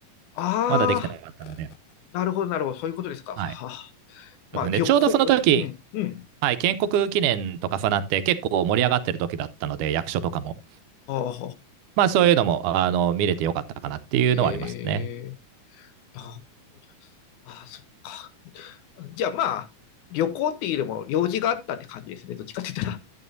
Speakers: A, on the left (about 75°); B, on the right (about 80°).
A: ああ
B: まだできてなかったので、
A: ー、なるほど、なるほど。そういうことですか。
B: はい。
A: はあ、まあ、
B: でちょうどその時
A: 旅行、うん、うん。
B: はい、建国記念と重なって結構盛り上がってる時だったので、役所とかも。
A: ああ、
B: まあそういうのも、あの、見れてよかったかなっていうのはありますね。
A: ええああ、そっか。じゃあまあ、旅行っていうよりも用事があったって感じですね。どっちかって言っ